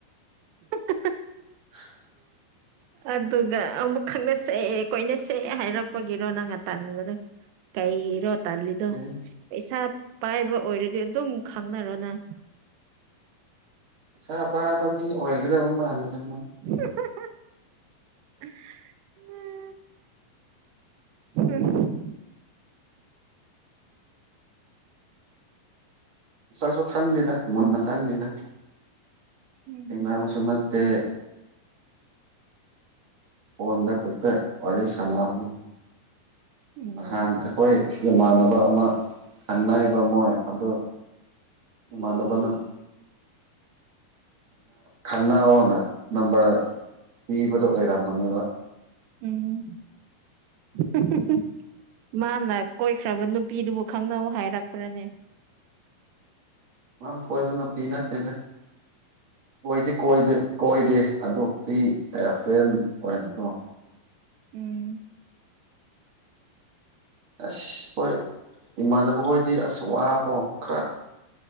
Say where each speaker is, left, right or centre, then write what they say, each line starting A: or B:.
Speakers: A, on the right; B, on the right.
A: <unintelligible>
B: <unintelligible>
A: ꯑꯗꯨꯒ ꯑꯃꯨꯛ ꯈꯪꯅ ꯁꯛꯑꯦ ꯀꯣꯏꯅ ꯁꯛꯑ ꯍꯥꯏꯔꯛꯄꯒꯤꯔꯣ ꯅꯪ ꯉ ꯇꯟꯥꯟꯕꯗꯣ ꯀꯩꯔꯣ ꯇꯜꯂꯤꯗꯣ
B: ꯄꯩꯁꯥ
A: ꯄꯩꯁꯥ ꯄꯥꯏꯕ ꯑꯣꯏꯔꯗꯤ ꯑꯗꯨꯝ ꯈꯪꯅꯔꯣꯅꯪ
B: ꯄꯥ ꯄꯕ ꯃꯤ ꯑꯣꯏꯒꯗꯕ ꯃꯥꯟꯗꯦꯗ
A: <unintelligible> <unintelligible>
B: ꯆꯁꯁꯨ ꯈꯪꯗꯅ ꯃꯣꯟꯅ ꯈꯪꯪꯗꯅ
A: <unintelligible>
B: <unintelligible> ꯅꯠꯇꯦ ꯐꯣꯟꯗ ꯈꯛꯇ ꯋꯥꯔꯤ ꯁꯅꯥꯅꯤ
A: ꯎꯝ
B: ꯅꯍꯥꯟ ꯑꯩꯈꯣꯏ ꯏꯃꯥꯟꯅꯕ ꯑꯃ ꯈꯪꯅꯔꯤꯕ ꯃꯣꯏ ꯑꯗꯨ ꯏꯃꯅꯕꯅ ꯈꯪꯅꯑꯣꯅ ꯅꯝꯕꯔ ꯄꯤꯕꯗꯣ ꯑꯣꯏꯔꯝꯕꯅꯦꯕ
A: ꯎꯝ <unintelligible> ꯃꯥꯅ ꯀꯣꯏꯈ꯭ꯔꯕ ꯅꯨꯄꯤꯗꯨꯕꯨ ꯈꯪꯅꯧ ꯍꯥꯏꯔꯛꯄ꯭ꯔꯅꯦ
B: ꯃꯥꯅ ꯀꯣꯏꯕ ꯅꯨꯄꯤ ꯅꯠꯇꯦꯗ ꯀꯣꯏꯗꯤ ꯀꯣꯏꯗꯦ ꯀꯣꯏꯗꯦ ꯑꯗꯨ ꯐ꯭ꯔꯤ ꯐ꯭ꯔꯦꯟ ꯑꯣꯏꯅ ꯀꯣ
A: ꯎꯝ
B: ꯑꯁ ꯍꯣꯏ ꯏꯃꯥꯟꯅꯕꯈꯣꯏꯗꯤ ꯑꯁ ꯋꯥꯀꯣ ꯈꯔ